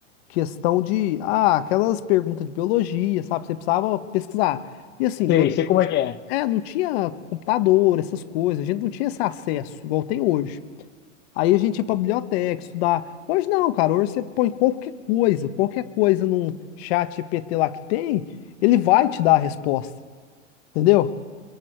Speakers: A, on the left; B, on the left.
A: questão de, ah, aquelas perguntas de biologia, sabe? Você precisava pesquisar. E assim,
B: Sei,
A: no-
B: sei como é que é.
A: é, não tinha computador, essas coisas, a gente não tinha esse acesso, igual tem hoje. Aí a gente ia pra biblioteca estudar. Hoje não, cara, hoje você põe qualquer coisa, qualquer coisa num chat GPT lá que tem, ele vai te dar a resposta, entendeu?